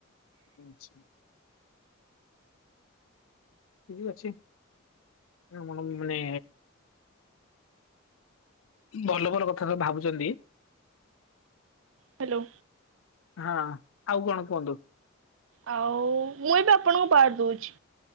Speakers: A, on the left; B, on the right.
A: ଆଚ୍ଛା, ଠିକ ଅଛି ମ ମାନେ ଭଲ ଭଲ କଥା ସବୁ ଭାବୁଛନ୍ତି।
B: ହ୍ୟାଲୋ।
A: ହଁ ଆଉ କଣ କୁହନ୍ତୁ।
B: ଆଉ ମୁଇଁ ବି ଆପଣଙ୍କୁ ବାହାର ଦଉଛି।